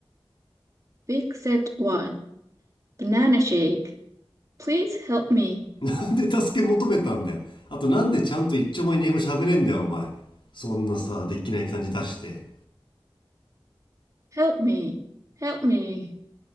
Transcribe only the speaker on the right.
?Big Set one、Banana Shake. Please help me.
Help me. Help me.